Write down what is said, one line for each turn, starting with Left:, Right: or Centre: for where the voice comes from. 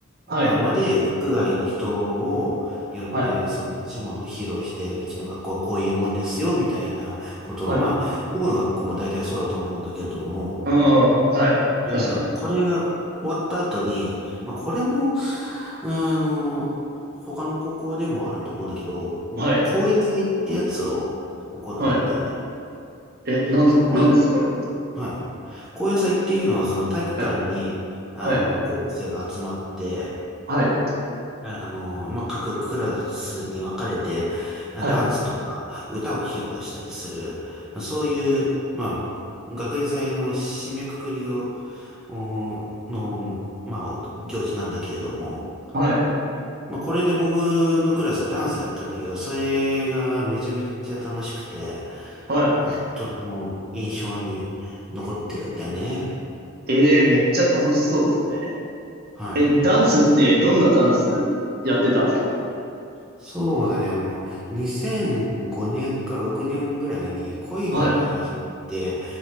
Right: はい。
Centre: あ、まで、学外の人を呼んで、
Right: はい。
Centre: その出し物を披露して、うちの学校はこういうもんですよ、みたいなことを、
Right: はい。
Centre: まあ、どこの学校も大体そうだと思うんだけれども、
Right: うん。はい。
Centre: いや、
Right: 確かに。
Centre: これが終わった後に、まあ、これも、あの、他の高校でもあると思うんだけど、もう、
Right: はい。
Centre: 高野祭ってやつを行うんだよね。
Right: はい。え、なん、
Centre: で、こういう、
Right: なんですかそれ。
Centre: はい。高野祭っていうのは、その体育館に、
Right: はい。
Centre: あの、
Right: はい。
Centre: 高校生が集まって、
Right: はい。
Centre: あの、まあ、各クラスに分かれて、
Right: はい。
Centre: ダンスとか歌を披露したりする、まあ、そういう、まあ、学園祭の締めくくりを、おの、まあ、行事なんだけれども、
Right: はい。
Centre: まあ、これで僕のクラスはダンスやったんだけど、それがめちゃめちゃ楽しくて、
Right: は
Centre: とても印象に残ってるんだよね。
Right: い。えー、めっちゃ楽しそうですね。
Centre: はい。
Right: え、ダンスってどんなダンスやってたんですか
Centre: そうだね。あの、2005年か6年ぐらいに恋のマイアヒって
Right: はい。